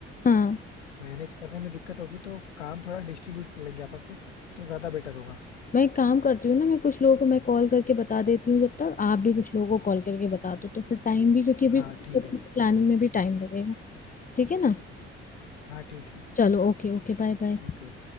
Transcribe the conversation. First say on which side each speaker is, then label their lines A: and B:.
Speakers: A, on the left; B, on the left.
A: हाँ
B: मैनेज करने में दिक्कत होगी तो काम थोड़ा डिस्ट्रीब्यूट कर लेंगे आपस में तो ज्यादा बेटर होगा
A: मैं एक काम करती हूँ ना मैं कुछ लोगों को मैं कॉल करके बता देती हूँ जब तक आप भी कुछ लोगों को कॉल करके बता दो तो फिर टाइम भी क्योंकि अभी
B: हाँ ठीक
A: सब
B: है
A: प्लानिंग में भी टाइम लगेगा ठीक है ना
B: हाँ ठीक है
A: चलो ओके ओके बाय बाय
B: ओके